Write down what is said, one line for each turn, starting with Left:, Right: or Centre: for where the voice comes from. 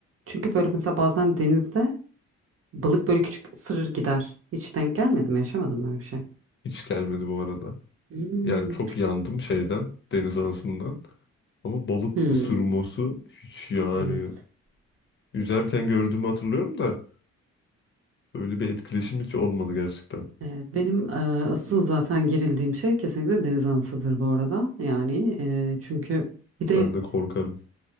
Right: Çünkü böyle mesela bazen denizde balık böyle küçük ısırır gider. Hiç denk gelmedi mi yaşamadın mı öyle bir şey?
Left: Hiç gelmedi bu arada.
Right: Hmm.
Left: Yani çok yandım şeyden, deniz anasından. Ama balık
Right: Hmm.
Left: ısırması hiç yani
Right: Evet.
Left: yüzerken gördüğümü hatırlıyorum da öyle bir etkileşim hiç olmadı gerçekten.
Right: Evet, benim e, asıl zaten gerildiğim şey kesinlikle deniz anasıdır bu arada. Yani e, çünkü bir de
Left: Ben de korkarım.